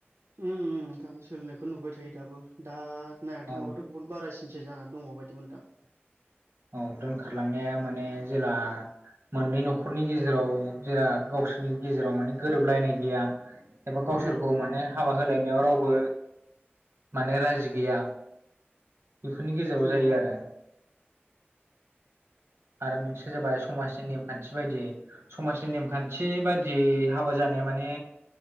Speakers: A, on the right (about 80°); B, on the right (about 70°).
A: उम उम दाबो सो सोलिनायखौ नुबाय थायो। दाबो दा नायनो
B: औ
A: थाङोबाथ
B: औ
A: बहुत बारासिनसो जानानै दङ बायदि मोनदां
B: औ दोनखारलांनाया माने जेला मोननै न'खरनि गेजेराव जेला गावसोरनि गेजेराव माने गोरोबलायनाय गैया एबा गावसोरखौ
A: उम
B: माने हाबा होलायनायाव रावबो माने राजि गैया बेफोरनि गेजेराव जायो
A: उम अ
B: आरो आरो मोनसे जाबाय समाजनि नेमखान्थि बायदियै समाजनि नेमखान्थि बायदियै हाबा जाना नाय माने